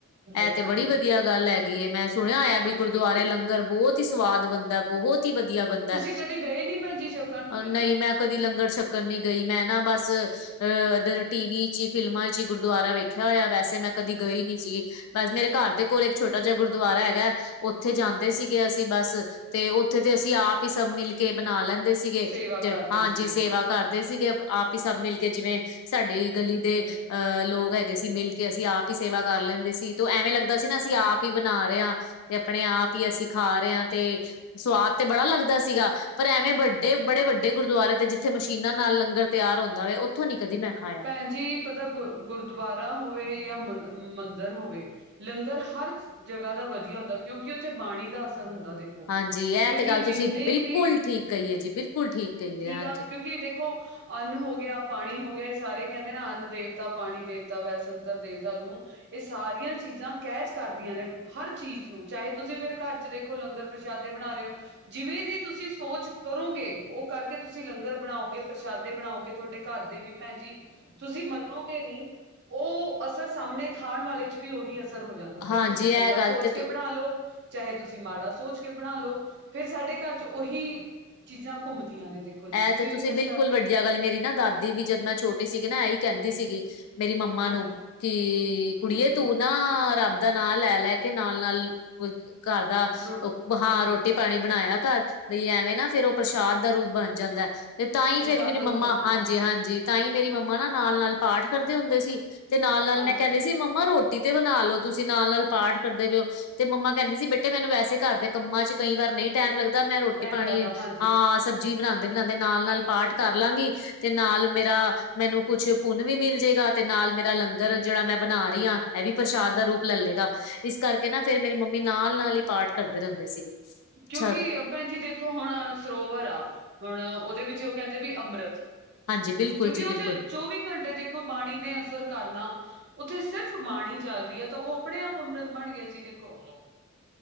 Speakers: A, on the left; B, on the right.
A: ਇਹ
B: ਆ
A: ਤੇ
B: ਹਾਂਜੀ
A: ਬੜੀ ਵਧੀਆ ਗੱਲ ਹੈਗੀ ਐ, ਮੈਂ ਸੁਣਿਆ ਹੋਇਆ
B: ਬਿਲਕੁਲ
A: ਵੀ
B: ਜੀ
A: ਗੁਰਦੁਆਰੇ
B: ਬਿਲਕੁਲ
A: ਲੰਗਰ ਬਹੁਤ ਹੀ ਸਵਾਦ ਬਣਦਾ ਬਹੁਤ ਹੀ ਵਧੀਆ ਬਣਦਾ
B: ਤੁਸੀਂ ਕਦੇ ਗਏ ਨੀ ਭੈਣ ਜੀ ਛਕਣ ਲੰਗਰ
A: ਨਹੀਂ ਮੈਂ ਕਦੀ ਲੰਗਰ ਛੱਕਣ ਨੀ ਗਈ, ਮੈਂ ਨਾ ਬਸ ਅ ਇਧਰ ਟੀਵੀ 'ਚ ਹੀ ਫਿਲਮਾਂ 'ਚ ਗੁਰਦੁਆਰਾ ਵੇਖਿ ਖਿਆ ਹੋਇਆ, ਵੈਸੇ ਮੈਂ ਕਦੀ ਗਈ ਨੀ ਸੀਗੀ ਬਸ ਮੇਰੇ ਘਰ ਦੇ ਕੋਲ ਇੱਕ ਛੋਟਾ ਜਿਹਾ ਗੁਰਦੁਆਰਾ ਹੈਗਾ। ਉੱਥੇ ਜਾਂਦੇ
B: ਹਾਂਜੀ
A: ਸੀਗੇ, ਅਸੀਂ ਬਸ ਤੇ ਉੱਥੇ ਤੇ ਅਸੀਂ ਆਪ ਹੀ ਸਭ ਮਿਲ ਕੇ ਬਣਾ ਲੈਂਦੇ ਸੀ। ਸੀਗੇ
B: ਸੇਵਾ
A: ਜ
B: ਕਰਦੇ
A: ਹਾਂਜੀ
B: ਸੀਗੇ
A: ਸੇਵਾ ਕਰਦੇ ਸੀਗੇ ਆਪ ਹੀ ਸਭ ਮਿਲ ਕੇ ਜਿਵੇਂ ਸਾਡੀ ਗਲੀ
B: ਹੂੰ
A: ਦੇ
B: ਹੂੰ
A: ਅਹ
B: ਹੂੰ
A: ਲੋਕ ਹੈ। ਸੀ ਮਿਲ ਕੇ ਅਸੀਂ ਆਪ ਹੀ ਸੇਵਾ ਕਰ ਲੈਂਦੇ ਸੀ, ਤੇ ਐਵੇਂ ਲੱਗਦਾ ਸੀ ਨਾ ਅਸੀਂ ਆਪ
B: ਹੂੰ
A: ਹੀ ਬਣਾ ਰਹੇ ਆਂ। ਤੇ ਆਪਣੇ ਆਪ ਹੀ
B: ਹੂੰ
A: ਅਸੀਂ ਖਾ ਰਹੇ ਹਾਂ, ਤੇ ਸਵਾਦ ਤੇ ਬੜਾ ਲੱਗਦਾ ਸੀਗਾ। ਪਰ ਐਵੇਂ ਵੱਡੇ ਬੜੇ ਵੱਡੇ ਗੁਰਦੁਆਰੇ ਤੇ ਜਿੱਥੇ ਮਸ਼ੀਨਾਂ ਨਾਲ ਲੰਗਰ ਤਿਆਰ ਹੁੰਦਾ ਹੋਵੇ, ਉੱਥੋਂ ਨੀ ਕਦੀ ਮੈਂ ਖਾਆ
B: ਭੈਣਜੀ ਪਤਾ ਗ ਗੁਰਦੁਆਰਾ ਹੋਵੇ ਜਾਂ ਮੰਦਿਰ ਹੋਵੇ। ਲੰਗਰ ਹਰ ਜਗ੍ਹਾ ਦਾ ਵਧੀਆ ਹੁੰਦਾ, ਕਿਉਂਕਿ ਉੱਥੇ ਬਾਣੀ ਦਾ ਅਸਰ ਹੁੰਦਾ ਦੇਖੋ।
A: ਹਾਂਜੀ ਇਹ
B: ਕਿਉਂਕਿ
A: ਤੇ ਗੱਲ ਤੁਸੀਂ
B: ਜਿੰਨੇ
A: ਬਿਲਕੁਲ
B: ਵੀ
A: ਠੀਕ ਕਹੀਏ ਜੀ ਬਿਲਕੁਲ ਠੀਕ ਕਹੀਏ
B: ਠੀਕ
A: ਹਾਂਜੀ।
B: ਆ ਕਿਉਂਕਿ ਦੇਖ ਦੇਖੋ ਅੰਨ ਹੋ ਗਿਆ ਪਾਣੀ ਹੋ ਗਿਆ। ਸਾਰੇ ਕਹਿੰਦੇ ਨਾ ਅੰਨ ਦੇਵਤਾ ਪਾਣੀ ਦੇਵਤਾ ਵੈਸਤਰ ਦੇਵਤਾ ਲੂਣ ਇਹ ਸਾਰੀਆਂ ਚੀਜ਼ਾਂ ਕੈਚ ਕਰਦੀਆਂ ਨੇ। ਹਰ ਚੀਜ਼ ਨੂੰ ਚਾਹੇ ਤੁਸੀਂ ਫਿਰ ਘਰ 'ਚ ਦੇਖੋ, ਲੰਗਰ ਪ੍ਰਸ਼ਾਦੇ ਬਣਾ ਰਹੇ ਓ। ਜਿਵੇਂ ਦੀ ਤੁਸੀਂ ਸੋਚ ਕਰੋਗੇ, ਉਹ ਕਰਕੇ ਤੁਸੀਂ ਲੰਗਰ ਬਣਾਓਗੇ ਪ੍ਰਸ਼ਾਦੇ ਬਣਾਓਗੇ, ਤੁਹਾਡੇ ਘਰਦੇ ਵੀ ਭੈਣ ਜੀ। ਤੁਸੀਂ ਮੰਨੋਗੇ ਨਹੀਂ, ਉਹ ਅਸਰ ਸਾਹਮਣੇ ਖਾਣ ਵਾਲੇ ਚ ਵੀ ਉਹੀ ਅਸਰ ਹੋ ਜਾਂਦਾ।
A: ਹਾਂਜੀ
B: ਫੇਰ ਤੁਸੀਂ
A: ਇਹ
B: ਚੰਗਾ
A: ਗੱਲ
B: ਸੋਚ
A: ਤੇ
B: ਕੇ ਬਣਾ ਲੋੋ। ਚਾਹੇ ਤੁਸੀਂ ਮਾੜਾ ਸੋਚ ਕੇ ਬਣਾ ਲਓ, ਫੇਰ ਸਾਡੇ ਘਰ ਚ ਉਹੀ ਚੀਜ਼ਾਂ ਘੁੰਮਦੀਆਂ ਨੇ। ਦੇਖੋ ਜੀ
A: ਇਹ ਤੇ ਤੁਸੀਂ
B: ਇਸ
A: ਬਿਲਕੁਲ
B: ਕਰਕੇ
A: ਵੱਡੀਆਂ ਗੱਲ ਮੇਰੀ ਨਾ ਦਾਦੀ ਵੀ ਜਦ ਮੈਂ ਛੋਟੀ ਸੀਗੀ, ਨਾ ਇਹੀ ਕਹਿੰਦੀ ਸੀਗੀ ਮੇਰੀ ਮੰਮਾ
B: ਹਾਂਜੀ
A: ਨੂੰ ਕਿ ਕੁੜੀਏ
B: ਹਾਂਜੀ
A: ਤੂੰ ਨਾ ਰੱਬ ਦਾ ਨਾਂ ਲੈ ਲੈ ਕੇ ਨਾਲ ਨਾਲ ਘਰ ਦਾ
B: ਰੋ
A: ਉਹ ਹਾਂ
B: ਹਾਂਜੀ
A: ਰੋਟੀ ਪਾਣੀ ਬਣਾਇਆ, ਘਰ ਬਈ ਐਵੇਂ ਨਾ ਫੇਰ ਉਹ ਪ੍ਰਸ਼ਾਦ ਦਾ ਰੂਪ ਬਣ ਜਾਂਦਾ ਤੇ ਤਾਂ ਹੀ
B: ਪ੍ਰਸ਼ਾਦ
A: ਫੇਰ ਮੇਰੀ
B: ਦਾ
A: ਮੰਮਾ
B: ਰੂਪ ਬਣਦਾ
A: ਹਾਂਜੀ-ਹਾਂਜੀ।
B: ਹਾਂਜੀ
A: ਤਾਂ ਹੀ ਮੇਰੀ ਮੰਮਾ ਨਾ ਨਾਲ-ਨਾਲ ਪਾਠ ਕਰਦੇ ਹੁੰਦੇ ਸੀ, ਤੇ ਨਾਲ-ਨਾਲ
B: ਹਾਂਜੀ
A: ਮੈਂ ਕਹਿੰਦੇ ਸੀ ਮੰਮਾ ਰੋਟੀ ਟੀ ਤੇ ਬਣਾ ਲੋ, ਤੁਸੀਂ ਨਾਲ ਨਾਲ ਪਾਠ ਕਰਦੇ ਪਏ ਔ। ਤੇ ਮੰਮਾ ਕਹਿੰਦੇ ਸੀ, ਬੇਟੇ ਮੈਨੂੰ ਵੈਸੇ ਘਰ ਦੇ ਕੰਮਾਂ ਚ ਕਈ ਵਾਰ ਨਹੀਂ। ਟੈਮ ਲੱਗਦਾ ਮੈਂ ਰੋਟੀ
B: ਟਾਈਮ
A: ਪਾਣੀ
B: ਲੱਗਦਾ ਹਾਂਜੀ
A: ਹਾਂ ਸਬਜ਼ੀ ਬਣਾਉਂਦੇ-ਬਣਾਉਂਦੇ ਨਾਲ
B: ਬਿਲਕੁਲ
A: ਨਾਲ ਪਾਠ ਕਰ ਲਾਂਗੀ ਤੇ ਨਾਲ ਮੇਰਾ ਮੈਨੂੰ ਕੁਛ ਪੁੰਨ ਵੀ ਮਿਲ ਜਾਏਗਾ। ਤੇ ਨਾਲ ਮੇਰਾ ਲੰਗਰ,
B: ਹੂੰ
A: ਜਿਹੜਾ ਮੈਂ ਬਣਾ ਰਹੀ, ਆਂ ਐਹ ਵੀ ਪ੍ਰਸ਼ਾਦ
B: ਹੂੰ
A: ਦਾ ਰੂਪ ਲੈਲੇਗਾ। ਇਸ ਕਰਕੇ ਨਾ ਫੇਰ ਮੇਰੀ ਮੰਮੀ ਨਾਲ ਨਾਲ ਹੀ ਪਾਠ ਕਰਦੇ ਰੈਂਦੇ ਸੀਗੇ। ਅੱਛਾ
B: ਕਿਉਂਕਿ-ਅ ਭੈਣ ਜੀ ਦੇ ਖੋ ਹੁਣ ਸਰੋਵਰ ਆ, ਹੁਣ ਉਹਦੇ ਵਿੱਚ ਉਹ ਕਹਿੰਦੇ ਵੀ ਅੰਮ੍ਰਤ।
A: ਹਾਂਜੀ ਬਿਲਕੁਲ
B: ਕਿਉਂਕਿ
A: ਜੀ
B: ਉਹ
A: ਬਿਲਕੁਲ
B: ਚੇ ਚੌਵੀ ਘੰਟੇ ਦੇਖੋ, ਬਾਣੀ ਨੇ ਅਸਰ ਕਰਨਾ ਉੱਥੇ ਸਿਰਫ਼ ਬਾਣੀ ਚੱਲ ਰਹੀ ਹੈ, ਤਾਂ ਉਹ ਆਪਣੇ ਆਪ ਅੰਮ੍ਰਿਤ ਬਣ ਗਿਆ ਜੀ ਦੇਖੋ।